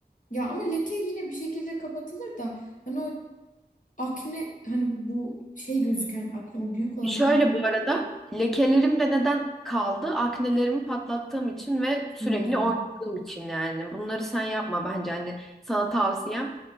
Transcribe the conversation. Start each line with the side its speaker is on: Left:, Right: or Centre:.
Left: Ya ama leke yine bir şekilde kapatılır da hani o akne hani bu şey gözüken akne o büyük olan
Centre: Şöyle
Left: akne
Centre: bu arada lekelerim de neden kaldı? Aknelerimi patlattığım için ve sürekli
Left: Hmm.
Centre: oynadığım için yani. Bunları sen yapma bence hani sana tavsiyem